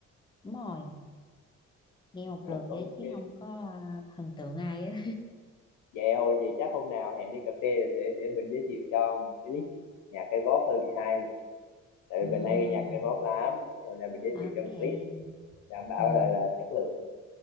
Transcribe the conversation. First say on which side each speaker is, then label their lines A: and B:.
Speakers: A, on the left; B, on the left.
A: đúng rồi nghe một
B: <laughs>
A: lượt vậy
B: ok
A: đó chứ không có ờ, thần tượng ai á
B: vậy hồi vậy chắc hôm nào hẹn đi cà phê để để để mình giới thiệu cho một cái list nhạc K-pop hơi bị hay tại
A: <laughs> ừ
B: vì mình hay nghe nhạc K-pop lắm rồi là mình giới
A: ok
B: thiệu cho một list đảm bảo
A: ừ
B: là là chất lượng